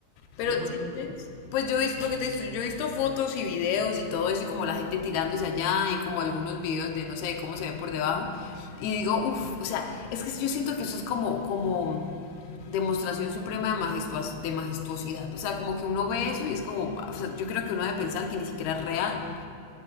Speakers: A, on the left (about 40°); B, on the left (about 80°).
A: ¿Sí
B: Pero
A: los has
B: sientes,
A: visto?
B: pues yo he visto lo que te he visto, yo he visto fotos y videos y todo eso y como la gente tirándose allá y como algunos videos de no sé cómo se ve por debajo y digo, uff, o sea, es que yo siento que eso es como como demostración suprema de majestuos- de majestuosidad, o sea, como que uno ve eso y es como, "Ah, o sea, yo creo que uno debe pensar que ni siquiera es real.